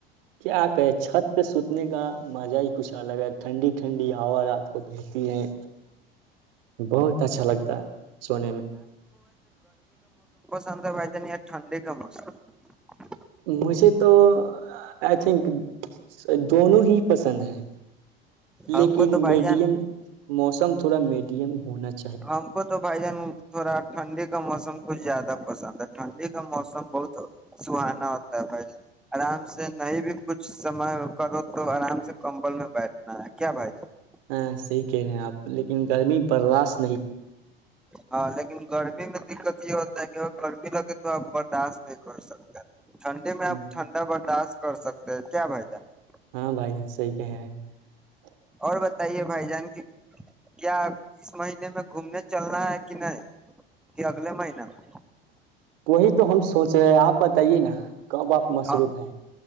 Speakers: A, on the right; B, in the centre.
A: کیا کہے چھت پہ سوتنے کا مزہ ہی کیا کچھ الگ ہے ٹھنڈی ٹھنڈی ہوا رات کو بہتی ہے بہت اچھا لگتا ہے سونے میں
B: و نہیں ٹھنڈی کا موسم <unintelligible>
A: مجھے تو آئی تھنک دونوں ہی پسند ہیں
B: ہم
A: لیکن
B: کو تو بھائی
A: میڈیم
B: جان
A: موسم تھوڑا میڈیم ہونا <unintelligible>
B: ہم کو تو بھائی جان تھوڑا ٹھنڈی کا موسم کچھ زیادہ پسند ہے ٹھنڈی کا موسم بہت سہانا ہوتا ہے بھائی ج آرام سے نہیں بھی کچھ سمے کرو تو آرام سے کمبل میں بیٹھنا ہے کیا بھائی جان <unintelligible>
A: ہاں صحیح کہہ رہے ہیں آپ لیکن گرمی بر راش
B: ہاں لیکن گرمی میں دقت <unintelligible> یہ ہوتا ہے کہ گرمی لگے تو آپ برداشت نہیں کر سکتے ٹھنڈے
A: ہے
B: میں اب ٹھنڈا برداشت <unintelligible> کر سکتے ہیں کیا بھائی جان <unintelligible>
A: ہاں بھائی صحی کہہ رہے ہیں <unintelligible>
B: اور بتائیے بھائی جان کی کیا <unintelligible> اس مہینے میں <unintelligible> گھومنے چلنا ہے کہ نہیں <unintelligible> کہ اگلے مہینے میں
A: وہی تو ہم سوچ رہے ہیں آپ بتائیے نا کب آپ مصروف
B: ہاں
A: ہیں <unintelligible>